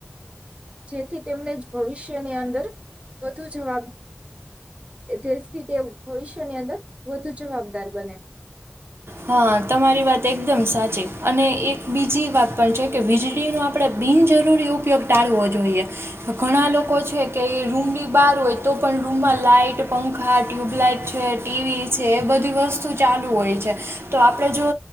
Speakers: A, on the right; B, on the right.
A: જેથી તેમને ભવિષ્યની અંદર વધુ જવાબ તેથી તે ભવિષ્યની અંદર વધુ જવાબદાર બને.
B: હા તમારી વાત એકદમ સાચી અને એક બીજી વાત પણ છે કે વીજળીનો આપણે બિનજરૂરી ઉપયોગ ટાળવો જોઈએ ઘણા લોકો છે કે રૂમની બહાર હોય તો પણ રૂમમાં લાાઈટ પંખા ટ્યુબલાઇટ છે ટીવી છે એ બધી વસ્તુ ચાલુ હોય છે. તો આપણે જો